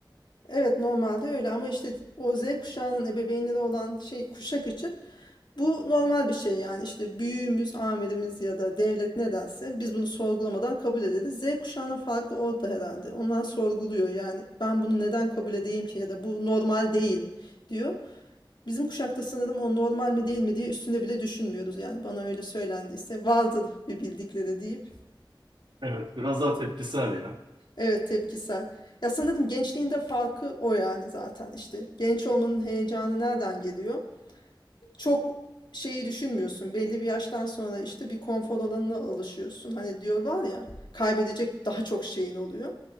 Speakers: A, on the left; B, on the right.
A: evet normalde öyle ama işte o Z kuşağının ebeveynleri olan şey kuşak için bu normal bir şey yani işte büyüğümüz, amirimiz ya da devlet ne derse biz bunu sorgulamadan kabul ederiz. Z kuşağının farkı orada herhalde. Onlar sorguluyor yani ben bunu neden kabul edeyim ki ya da bu normal değil diyor. Bizim kuşakta sanırım o normal mi değil mi diye üstüne bile düşünmüyoruz. Yani bana öyle söylendiyse vardır bir bildikleri deyip.
B: Evet. Biraz daha tepkisel ya.
A: Evet tepkisel. Ya sanırım gençliğinde farkı o yani zaten işte. Genç olmanın heyecanı nereden geliyor? Çok şeyi düşünmüyorsun. Belli bir yaştan sonra işte bir konfor alanına alışıyorsun. Hani diyorlar ya kaybedecek daha çok şeyin oluyor.